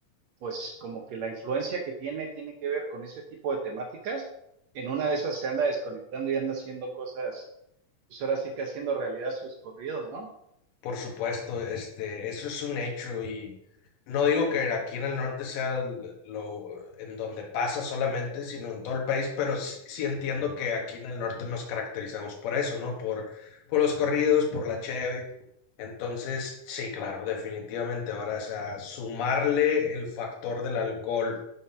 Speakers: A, on the right; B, on the left.
A: pues como que la influencia que tiene tiene que ver con ese tipo de temáticas, en una de esas se anda desconectando y anda haciendo cosas, pues ahora sí que haciendo realidad sus corridos, ¿no?
B: Por supuesto, este, eso es un hecho y no digo que aquí en el norte sea el- lo en donde pasa solamente, sino en todo el país, pero sí, sí entiendo que aquí en el norte nos caracterizamos por eso, ¿no? Por, por los corridos, por la cheve. Entonces, sí, claro, definitivamente. Ahora, o sea, sumarle el factor del alcohol